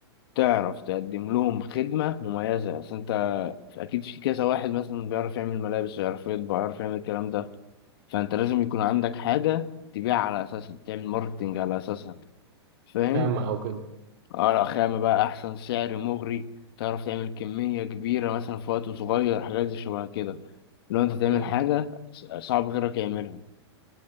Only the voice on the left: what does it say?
تعرف تقدم لهم خدمه مميزه اصل انت اكيد في كذا واحد مثلا بيعرف يعمل ملابس ويعرف يطبع ويعرف يعمل الكلام ده فانت لازم يكون عندك حاجة تبيع على اساسها تعمل ماركتنج على اساسها فاهم
ورق خامة بقى احسن سعر مغري تعرف تعمل كمية كبيرة مثلا في وقت صغير حاجات زي شبه كده لو انت تعمل
حاجة صعب غيرك يعملها